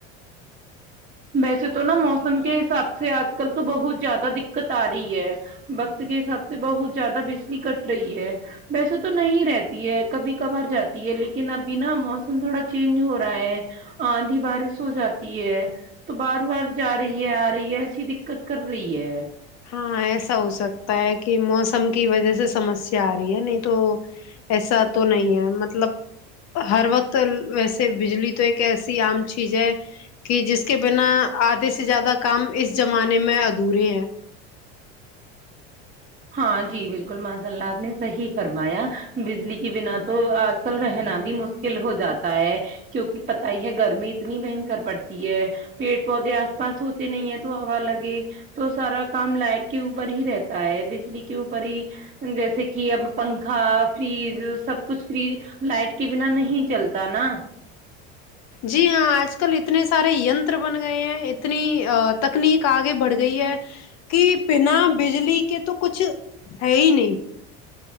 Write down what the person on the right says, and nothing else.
ویسے تو نا موسم کے حساب سے آج کل تو بہت زیادہ دقت آ رہی ہے وقت کے حساب سے بہت زیادہ بجلی کٹ رہی ہے ویسے تو نہیں رہتی ہے کبھی کبھار جاتی ہے لیکن ابھی نا موسم تھوڑا چینج ہو رہا ہے آندھی بارش ہو جاتی ہے تو بار بار جا رہی ہے آ رہی ہے ایسی دقت کر رہی ہے
ہاں جی بالکل ماشاء اللہ آپ نے صحیح فرمایا بجلی کے بنا تو آج کل رہنا بھی مشکل ہو جاتا ہے کیونکہ پتا ہی ہے گرمی اتنی بھینکر پڑتی ہے پیڑ پودے آس پاس ہوتے نہیں ہے تو ہوا لگے تو سارا کام لائٹ کے اوپر ہی رہتا ہے بجلی کے اوپر ہی جیسے کہ اب پنکھا فریج سب کچھ فری لائٹ کے بنا نہیں چلتا نا